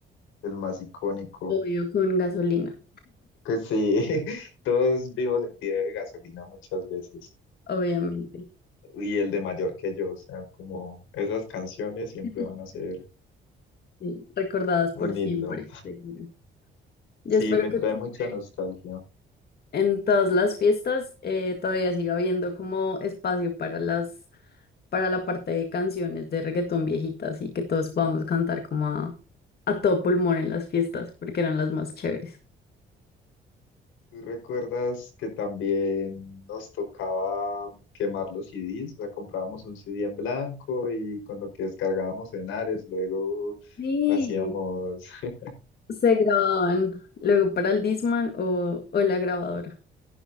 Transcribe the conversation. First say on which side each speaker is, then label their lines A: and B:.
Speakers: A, on the left; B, on the left.
A: el más icónico.
B: Obvio, con gasolina,
A: Que sí, <laughs> todos vivos el video de gasolina muchas veces.
B: obviamente.
A: Y el de mayor que yo, o sea, como esas canciones siempre
B: <laughs>
A: van a ser
B: Sí, recordadas por
A: un
B: siempre,
A: himno.
B: seguro. Yo
A: Sí,
B: espero
A: me
B: que
A: trae
B: siempre
A: mucha nostalgia.
B: en todas las fiestas eh, todavía siga habiendo como espacio para las, para la parte de canciones de reggaetón viejitas y que todos podamos cantar como a, a todo pulmón en las fiestas, porque eran las más chéveres.
A: ¿Tú recuerdas que también nos tocaba quemar los CDs? O sea, comprábamos un CD en blanco y con lo que descargábamos en Ares, luego
B: Sí,
A: hacíamos... <laughs>
B: se grababan luego para el Discman o, o la grabadora.